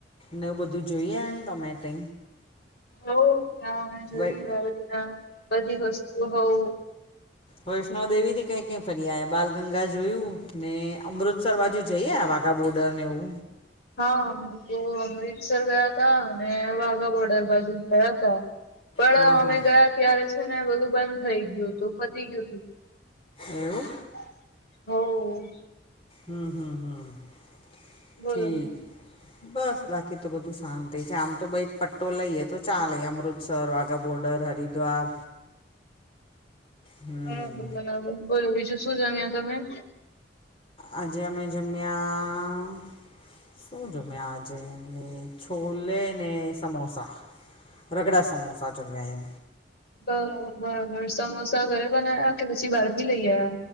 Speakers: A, on the left; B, on the left.
A: નેવું બધું જોઈએને ટોમેટો
B: હો ત્યાં અમે જોય
A: વૈ
B: બધી ના બધી વસ્તુ હોઉ.
A: વૈષ્વ દેવી થી કઈ કઈ ફરી આયા બાલગંગા જોયું ને અમૃતસર બાજુ જઈએ વા આકા બોર્ડર ને એવુ
B: હા અમે લોકો અમૃતસર ગયા હતાા અને વાઘા બોર્ડર બાજુ ગયા તા પણ
A: હા
B: અમે
A: હા
B: ગયા ત્યારે છે ને બધું બંધ થઈ ગયું હતું પતી ગયું તું
A: એવુ
B: હ.
A: હમ હમ હા
B: બોલો
A: ઠીક
B: બીજું
A: બસ બાકી તો બધું શાંતિ છે આમ તો બાઈક પટ્ટો લઈએ તો ચાલે Amritsar Wagah border Haridwar હમ
B: બરાબર બરાબર બોલો બીજું શું જણ્યા તમે.
A: આજે અમે જઝમ્યા. શું જોમે આજેને છોલે ને સમોસા રગડા સમોસસા જમ્યાય
B: બરાબર બરાબર સમોસા ઘરે બના્યા કે પછી બહાર થી લઈ આયા